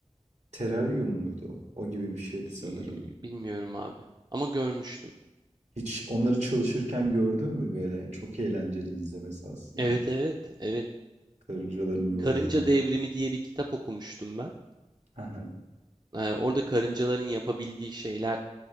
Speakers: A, on the right; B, on the right.
A: Teraryum muydu? o? O gibi bir şeydi sanırım.
B: Ee, Bilmiyorum abi. Ama görmüştüm.
A: Hiç onları çalışırken gördün mü böyle? Çok eğlenceli izlemesi aslında.
B: Evet evet evet.
A: Karıncaların yuvalarını.
B: Karınca Devrimi diye bir kitap okumuştum ben.
A: Hı
B: Ee, orada karıncaların yapabildiği şeyler